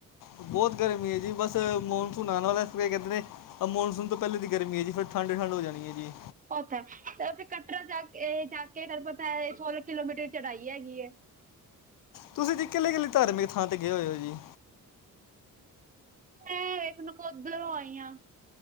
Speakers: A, on the left; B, on the right.
A: ਬਹੁਤ ਗਰਮੀ ਹੈ ਜੀ ਬਸ ਮ ਧੁਣਨਾਂ ਵਾਲਾ ਇਹ ਕਹਿੰਦੇ ਆ ਮੌਨਸੂਨ ਤੋਂ ਪਹਿਲੇ ਦੀ ਗਰਮੀ ਹੈ ਜੀ ਫਿਰ ਠੰਡ-ਠੰਡ ਆ ਜਾਣੀ ਐ ਜੀ।
B: ਉੱਥੇ ਤੇ ਉਥੇ ਕਟਰਾ ਜਾ-ਜਾ ਕੇਰਪਤ ਸੋਲਾਂ ਕਿਲੋਮੀਟਰ ਚੜਾਈ ਹੈਗੀ ਐ,
A: ਤੁਸੀਂ ਜੀ ਇਕੱਲ ਇਕੱਲੀ ਧਾਰਮਿਕ ਥਾਂ ਤੇ ਗਏ ਹੋਏ ਹੋ ਜੀ?
B: ਮੈਂ ਵੇਖ ਨਕੋਦਰੋਂ ਆਈ ਆ।